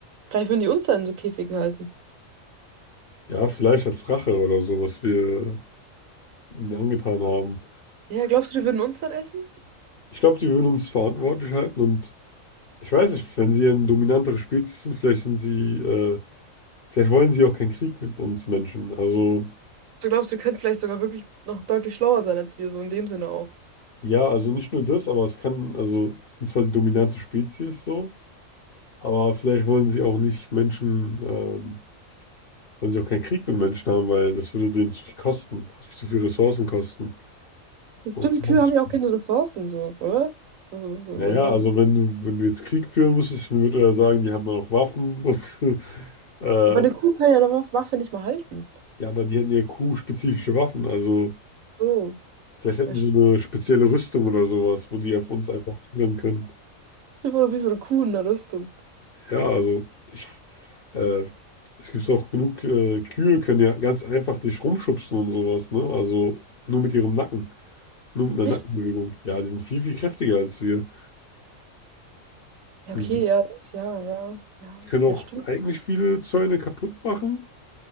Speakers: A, on the right; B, on the left.
A: vielleicht würden die uns dann in so Käfigen halten.
B: Ja, vielleicht als Rache oder so, was wir ihnen angetan haben.
A: Ja, glaubst du, die würden uns dann essen?
B: Ich glaube, die würden uns verantwortlich halten und ich weiß nicht, wenn sie ein dominanteres Spezies sind, vielleicht sind sie, äh, vielleicht wollen sie auch keinen Krieg mit uns Menschen. Also
A: Du glaubst, die könnten vielleicht sogar wirklich noch deutlich schlauer sein als wir, so in dem Sinne auch.
B: ja, also nicht nur das, aber es kann, also sie sind zwar die dominante Spezies so, aber vielleicht wollen sie auch nicht Menschen ähm, Wollen sie auch keinen Krieg mit Menschen haben, weil das würde denen zu viel kosten, zu viel Ressourcen kosten. Und
A: Stimmt,
B: das lohnt
A: Kühe haben
B: sich
A: ja
B: nicht.
A: auch keine Ressourcen, so, oder? Also, so,
B: Naja,
A: was soll-
B: also wenn du, wenn du jetzt Krieg führen müsstest, dann würde er ja sagen, die haben dann auch Waffen und <laughs> äh,
A: Ja, aber eine Kuh kann ja eine Waff- Waffe nicht mal halten.
B: ja, aber die hätten ja Q-spezifische Waffen. Also
A: So.
B: vielleicht hätten
A: Ja,
B: die
A: st-
B: so eine spezielle Rüstung oder sowas, wo die auf uns einfach zurennen können.
A: Stell dir vor, du siehst so eine Kuh in einer Rüstung.
B: Ja, also ich, äh, es gibt auch genug, äh, Kühe können ja ganz einfach dich rumschubsen und sowas, ne? Also nur mit ihrem Nacken, nur mit einer
A: Echt?
B: Nackenbewegung. Ja, die sind viel, viel kräftiger als wir.
A: Ja, okay,
B: Mhm.
A: ja, das, ja, ja, ja,
B: Die können auch
A: ja, stimmt.
B: eigentlich viele Zäune kaputt machen,